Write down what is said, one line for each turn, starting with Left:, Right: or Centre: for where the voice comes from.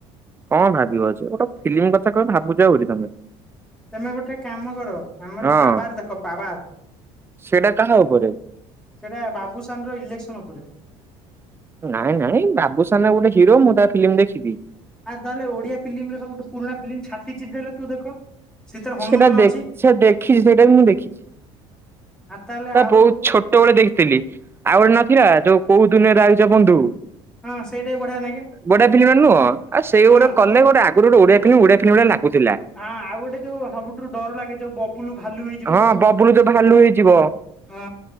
Right: କଣ ଭାବିବ ଯେ ଗୋଟେ ଫିଲ୍ମ୍ କଥା କହିବ ଭାବୁଛ ଆହୁରି ତମେ।
Centre: ତେମେ ଗୋଟେ କାମ କର ଆମର
Right: ହଁ
Centre: ପାବାର୍ ଦେଖ ପାବାର୍
Right: ସେଇଟା କାହା ଉପରେ?
Centre: ସେଇଟା ବାବୁସାନ ର ଇଲେକ୍ସନ ଉପରେ।
Right: ନାଇଁ ନାଇଁ ବାବୁ୍ସାନ ଗୋଟେ ହିରୋ ମୁଁ ତା ଫିଲ୍ମ୍ ଦେଖିବି
Centre: ଆ ତାହେଲେ ଓଡିଆ ଫିଲ୍ମରେ ସବୁଠୁ ପୁରୁଣା ଫିଲ୍ମ୍ ଛାତି ଚିରି ଦେଲେ ତୁ ଦେଖ। ସେଥିରେ ହନୁମାନ
Right: ସେଇଟା ଦେଖ୍
Centre: ଅଛି
Right: ସେ ଦେଖିଛି ସେଇଟା ବି ମୁଁ ଦେଖିଛି।
Centre: ଆଉ ତାହେଲେ
Right: ଟା
Centre: ଆଉ
Right: ବହୁତ୍ ଛୋଟବେେଳେ ଦେଖିଥିଲି। ଆଉ ଗୋଟେ ନଥିଲା ଯୋଉ କୋଉ ଦୁନିଆରୁ ଆଇଚ ବନ୍ଧୁ?
Centre: ହଁ ସେଇଟା ବି ବଢିଆ ଲାଗେ
Right: ବଢ଼ିଆ ଫିଲ୍ମ୍ ଟେ ନୁହଁ ଆଉ ସେଇ
Centre: ହଁ
Right: ଗୋଟେ କଲେ
Centre: ହଁ
Right: ଗୋଟେ ଆଗରୁ ଗୋଟେ ଓଡ଼ିଆ ଓଡ଼ିଆ ଫିଲ୍ମ୍ ଭଳିଆ ଲାଗୁଥିଲା।
Centre: ଆ ଆଉ ଗୋଟେ ଯୋଉ ସବୁଠୁ ରୁ ଡର ଲାଗେ ଯୋଉ ବବୁଲୁ ଭାଲୁ ହେଇ ଯୋଉ
Right: ହଁ ବବୁଲୁ ଯୋଉ ଭାଲୁ ହେଇଯିବ
Centre: ହଁ